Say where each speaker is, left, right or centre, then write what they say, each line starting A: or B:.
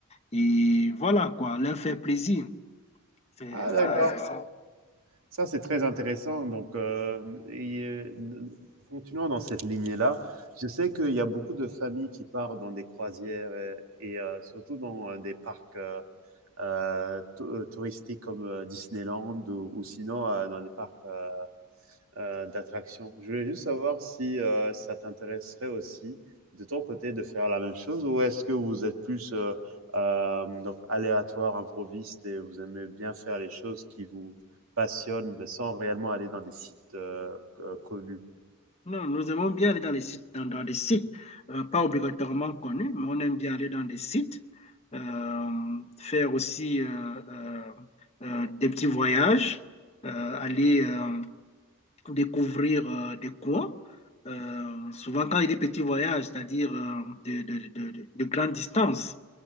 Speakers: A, on the left (about 30°); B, on the right (about 75°).
A: Et voilà quoi, leur faire plaisir. C'est
B: Ah d'accord.
A: c'est- c'est ça.
B: Ça, c'est très intéressant. Donc, euh, et, euh, continuons dans cette lignée-là. Je sais qu'il y a beaucoup de familles qui partent dans des croisières euh, et, euh, surtout dans euh, des parcs euh, euh, tou- euh, touristiques comme euh, Disneyland ou, ou sinon euh, dans des parcs euh, euh, d'attraction. Je voulais juste savoir si euh, ça t'intéresserait aussi de ton côté de faire la même chose ou est-ce que vous êtes plus euh, euh, donc aléatoire, improviste et vous aimez bien faire les choses qui vous passionnent mais sans réellement aller dans des sites euh, euh, connus.
A: Non, nous aimons bien aller dans les sites, dans, dans des sites, euh, pas obligatoirement connus, mais on aime bien aller dans des sites, euh, faire aussi euh, euh, euh, des petits voyages, euh, aller euh, découvrir euh, des coins. euh, souvent quand il y a des petits voyages, c'est-à-dire euh, de, de, de, de, de grandes distances